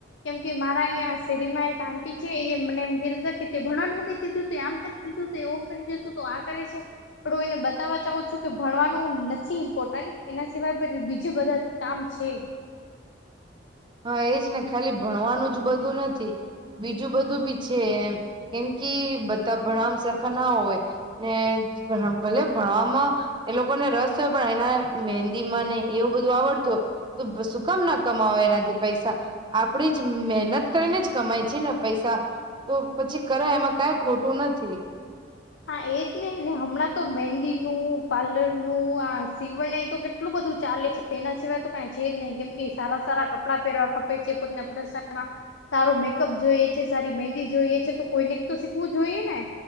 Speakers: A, on the left; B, on the right.
A: કેમ કે મારા અહીંયા શેરીમાં એક આંટી છે એ મને એમ ક કે તે ભણવાનું મકી દીધું આમ. કીધું એવું કરી દેતું તો આ કરે છે. પણ હું એને બતાવવા ચઉું છું કે ભણવાનું નથી ઇમ્પોર્ટન્ટ એના સિવાય પણ બીજું બધા કામ છે.
B: હા એજ ને ખાલી ભણવાનું જ બધું નથી. બીજું બધું બી છે એમ કેમ કે બધા ભણમ સરખા ના હોય. ને ભલે ભણવામાં એ લોકોને રસ હોય પણ એના મહેંદીમાં નને એવું બધું આવડતું હોય શું કામ ના કમાવે એના. પૈસા આપડી જ મહેનત કરીને જ કમાય છે ને પૈસા. તો પછી કરે એમાં કઈ ખોટું નથી.
A: હા એ જ નને ને હમણાં તો મહેંદી નું પાર્લર નું આ સીવણે તો કેટલું બધું ચાલે છે. તે એના સિવાય તો કંઈ છે જ નહીિ કેમ કે સારા સારા કપડાં પહેરવા ખપે છે પોતના પ્રસાના. સારો મેકઅપ જોઈએ છે સારી મહેંદી જોઈએ છે તો કોઈને તો શીખવું જોઈએ ને.